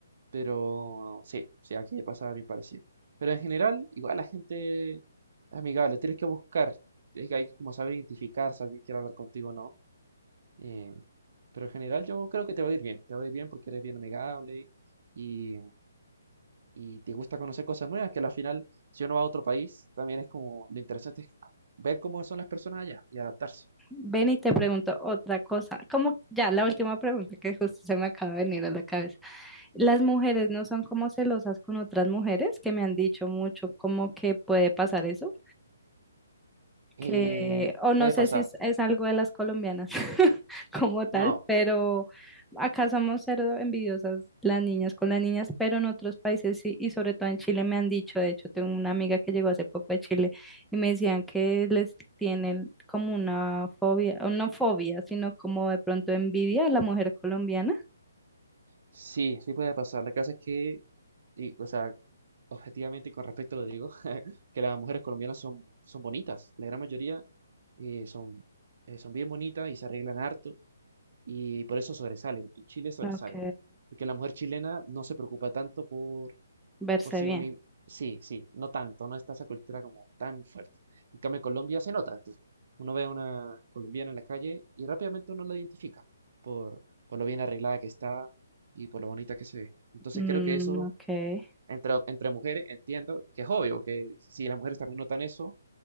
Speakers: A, on the right; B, in the centre.
A: Pero sí, sí, aquí pasa a mí parecido. Pero en general, igual la gente es amigable, tienes que buscar, es que hay que como saber identificar si alguien quiere hablar contigo o no. eh, pero en general yo creo que te va a ir bien, te va a ir bien porque eres bien amigable y, y te gusta conocer cosas nuevas, que al final, si uno va a otro país, también es como lo interesante es ver cómo son las personas allá y adaptarse.
B: Ven y te pregunto otra cosa, como ya la última pregunta que justo se me acaba de venir a la cabeza. Las mujeres no son como celosas con otras mujeres, que me han dicho mucho como que puede pasar eso.
A: Eh,
B: que, o no
A: puede
B: sé
A: pasar.
B: si es, es algo de las colombianas <laughs> como tal,
A: No,
B: pero acá somos cero envidiosas las niñas con las niñas, pero en otros países sí, y sobre todo en Chile me han dicho, de hecho tengo una amiga que llegó hace poco de Chile y me decían que les tienen como una fobia, o no fobia, sino como de pronto envidia a la mujer colombiana.
A: sí, sí puede pasar. La cosa es que, y, o sea, objetivamente y con respeto lo digo, que las mujeres colombianas son, son bonitas, la gran mayoría eh, son, eh, son bien bonitas y se arreglan harto y por eso sobresalen, en Chile sobresalen,
B: Ok,
A: porque la mujer chilena no se preocupa tanto por,
B: verse
A: por sí
B: bien.
A: misma, sí, sí, no tanto, no está esa cultura como tan fuerte. En cambio, en Colombia se nota, entonces uno ve a una colombiana en la calle y rápidamente uno la identifica por, por lo bien arreglada que está y por lo bonita que se ve. Entonces
B: Mm,
A: creo que eso,
B: ok.
A: entre, entre mujeres, entiendo que es obvio, que si las mujeres también notan eso,